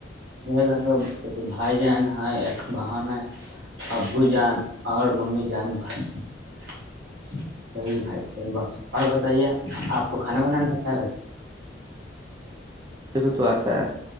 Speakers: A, on the right (about 75°); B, on the right (about 20°).
A: گا تو ایک بھائی جہان ہے ایک بہن ہے ابو جان اور ممی جان بسی بھائی ب اور بتائیے آپ کو کھانا بنانا ہے بھائی
B: س تو آتا ہ